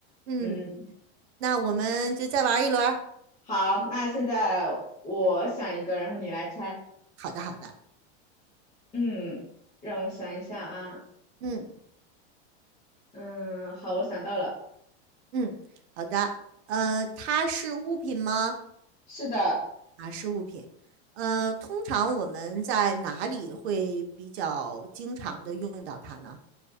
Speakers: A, on the right; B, on the left.
A: 嗯，
B: 嗯，
A: 那我们就再玩一轮儿
B: 好，那现在我想一个，然后你来猜。
A: 好的，
B: 嗯，让我想一下啊。
A: 嗯
B: 嗯，好，我想到了，
A: 嗯，好的。呃，它是物品吗？
B: 是的，
A: 啊，是物品。呃，通常我们在哪里会比较经常的用到它呢？